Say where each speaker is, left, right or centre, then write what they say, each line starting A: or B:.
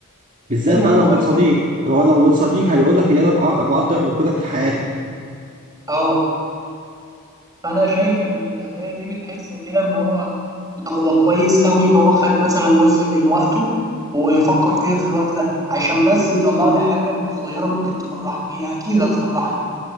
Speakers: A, on the right (about 35°); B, on the right (about 15°).
A: بالذات
B: ايوه
A: بقى
B: ان
A: لو
B: هو
A: من صديق
B: يكون
A: هو لو من صديق هيقول لك ان انا بق- بقدر وجودك في حياتك
B: اه فانا شايف ان الهدايا دي بتحس كده ان هو لا هو كويس قوي ان هو خد مثلا جزء من وقته وفكر فيا في الوقت ده عشان بس يطلع لي حاجه صغيره ممكن تفرحني هي اكيد هتفرحني